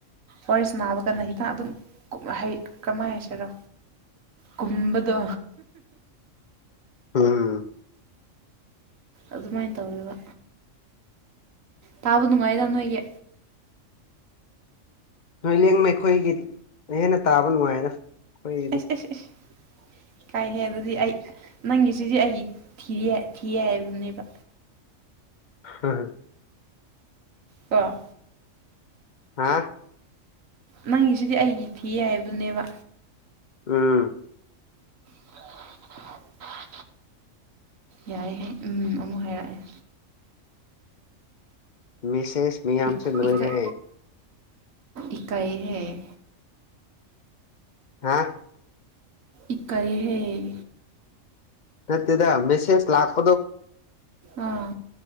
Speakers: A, on the right; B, on the left.
A: ꯋꯥꯔꯤ ꯁꯅꯥꯕꯀꯥꯟꯗ ꯍꯤꯇꯥ ꯑꯗꯨꯝ ꯀꯨ ꯍꯩ ꯀꯃꯥꯏ ꯍꯥꯏꯁꯤꯔ ꯀꯨꯝꯕꯗꯣ
B: ꯎꯝ
A: ꯑꯗꯨꯃꯥꯏꯟ ꯇꯧꯋꯦꯕ ꯇꯥꯕ ꯅꯨꯉꯥꯏꯌ‌ꯦꯗ ꯅ‌ꯣꯏꯒꯤ
B: ꯂꯣꯏꯂꯦꯡꯅꯦ ꯑꯩꯈꯣꯏꯒꯤꯠ ꯅ‍ꯣꯏ ꯍꯦꯟꯅ ꯇꯥꯕ ꯅꯨꯉꯥꯏꯌꯦꯗ ꯈꯣꯏꯒꯤꯗꯤ
A: ꯑꯦꯁ ꯑꯦꯁ ꯑꯦꯁ ꯀꯥꯏꯍꯦ ꯑꯗꯨꯗꯤ ꯑꯩ ꯅꯪꯒꯤꯁꯤꯗꯤ ꯑꯩꯒꯤꯠ ꯊꯤꯌ‌ꯦ ꯊꯤꯌꯦ ꯍꯥꯏꯕꯅꯦꯕ
B: <unintelligible>
A: ꯀ‌ꯣ
B: ꯍꯥ
A: ꯅꯪꯒꯤꯁꯤꯗꯤ ꯑꯩꯒꯤ ꯊꯤꯌ‌ꯦ ꯍꯥꯏꯕꯅꯦꯕ
B: ꯎꯝ
A: <unintelligible> ꯌꯥꯏꯌꯦꯍꯦ ꯎꯝ ꯑꯃꯨꯛ ꯍꯥꯏꯔꯛꯑꯦ
B: ꯃꯦꯁꯦꯁ ꯃꯌꯥꯝꯁꯨ
A: ꯏꯛ
B: ꯂꯣꯏꯔꯦ
A: ꯏꯀꯥꯏ ꯏꯀꯥꯏꯌ‌ꯦꯍ‌ꯦ
B: ꯍꯥ
A: ꯏꯀꯥꯏꯌ‌ꯦꯍ‌ꯦ
B: ꯅꯠꯇ‌ꯦꯗ ꯃꯦꯁꯦꯁ ꯂꯥꯛ
A: ꯑꯥ